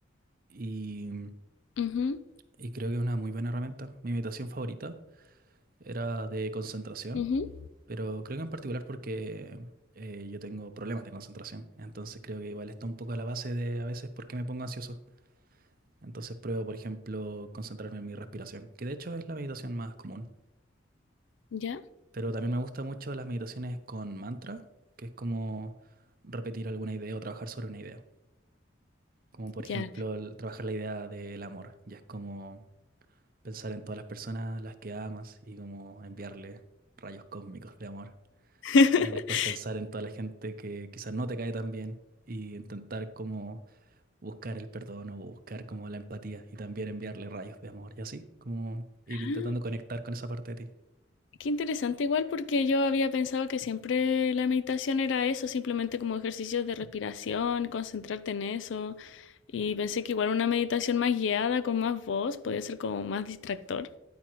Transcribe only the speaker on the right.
Y
Y creo que es una muy buena herramienta. Mi meditación favorita era de concentración,
pero creo que en particular porque eh, yo tengo problemas de concentración. Entonces creo que igual está un poco a la base de a veces por qué me pongo ansioso. Entonces pruebo, por ejemplo, concentrarme en mi respiración, que de hecho es la meditación más común.
Pero también me gustan mucho las meditaciones con mantra, que es como repetir alguna idea o trabajar sobre una idea. Como por ejemplo
el- trabajar la idea del amor. Ya es como pensar en todas las personas a las que amas y como enviarle rayos cósmicos de amor.
Y después pensar en toda la gente que quizás no te cae tan bien y intentar como buscar el perdón o buscar como la empatía y también enviarle rayos de amor y así, como ir
intentando conectar con esa parte de ti.